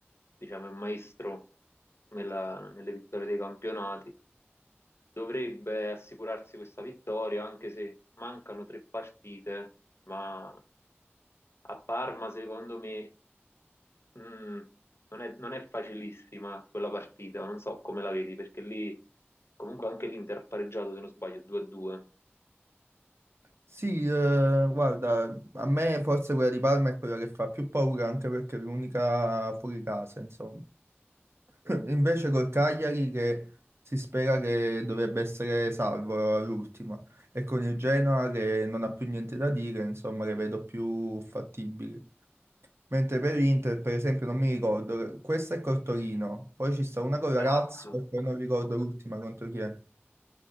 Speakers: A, on the left; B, on the right.
A: diciamo, è un maestro nella- nelle vittorie dei campionati, dovrebbe assicurarsi questa vittoria, anche se mancano tre partite, ma a Parma, secondo me, mh, non è, non è facilissima quella partita, non so come la vedi, perché lì comunque anche l'Inter ha pareggiato, se non sbaglio, 2-2.
B: Sì, eh, guarda, a me forse quella di Parma è quella che fa più paura anche perché è l'unica fuori casa, insomma. Invece col Cagliari che si spera che dovrebbe essere salvo all'ultima e con il Genoa che non ha più niente da dire, insomma, le vedo più fattibili. Mentre per l'Inter, per esempio, non mi ricordo, questa è col Torino, poi ci sta una con la
A: La
B: Lazio
A: Lazio,
B: e poi non ricordo l'ultima contro chi è.